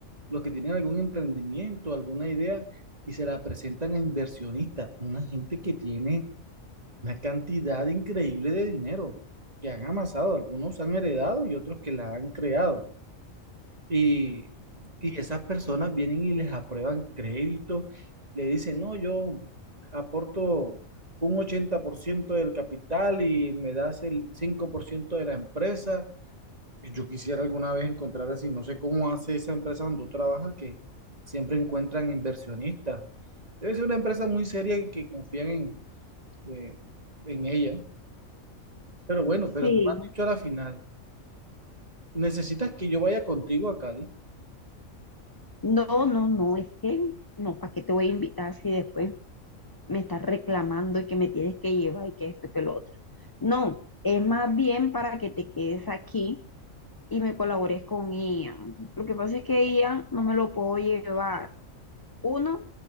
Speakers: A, on the right; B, on the left.
A: los que tienen algún emprendimiento, alguna idea, y se la presentan a inversionistas, una gente que tiene una cantidad increíble de dinero que han amasado, algunos han heredado y otros que la han creado. Y, y esas personas vienen y les aprueban crédito, le dicen, no, yo aporto un 80% del capital y me das el 5% de la empresa yo quisiera alguna vez encontrar así, no sé cómo hace esa empresa donde tú trabajas que siempre encuentran inversionistas. Debe ser una empresa muy seria y que confían en, eh, en ella. Pero bueno, pero
B: Sí.
A: no me has dicho a la final. ¿Necesitas que yo vaya contigo a Cali?
B: No, no, no, es que no, ¿para qué te voy a invitar si después me estás reclamando y que me tienes que llevar y que esto y que lo otro? No, es más bien para que te quedes aquí y me colaboré con Ian. Lo que pasa es que Ian no me lo puedo llevar. Uno,